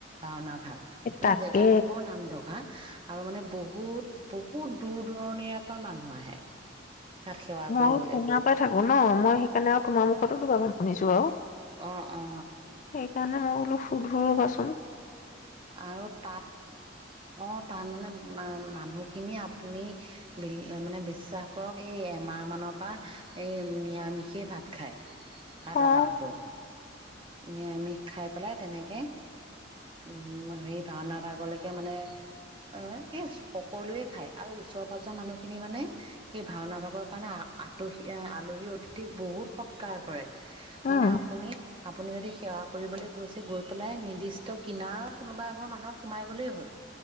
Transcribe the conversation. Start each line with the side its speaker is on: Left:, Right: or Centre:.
Right: ভাওনা ভাল
Left: এ
Right: মানে
Left: তাকে
Right: জেগাডোখৰ নামঢখা আৰু মানে বহুত বহুত দূৰ দূৰণিৰে পৰা মানুহ আহে তাত সেৱা
Left: মই
Right: কৰিবলৈ
Left: ফোণাৰ পৰাই থাকো ন মই সেইকাৰণে আৰু তোমাৰ মুখত ক শুনিছো আৰু
Right: অ অ
Left: সেইকাৰণে মই বোলো শুধো ৰবা চোন
Right: আৰু তাত অ তাৰ মানে মানুহখিনিয়ে আপুনি বি মানে বিশ্বাস কৰক এই এমাহ মানৰ পৰা এই নিৰামিষেই ভাত খায় ভাদ
Left: আহ
Right: মাহটো নিৰামিষ খাই পেলাই তেনেকে উম সেই ভাওনা ভাগলৈকে মানে আহ এ সকলোৱে খায় আৰু ওচৰ পাজৰ মানুহখিনি মানে সেই ভাওনা ভাগৰ কাৰণে আলহী আলহী অতিথিক বহুত সৎকাৰ কৰে
Left: উম,
Right: মানে আপুনি আপুনি যদি সেৱা কৰিবলৈ গৈছে গৈ পেলাই নিৰ্দিষ্ট কিনাৰ কোনোবা এগৰ মানুহত সোমাই গ'লেই হ'ল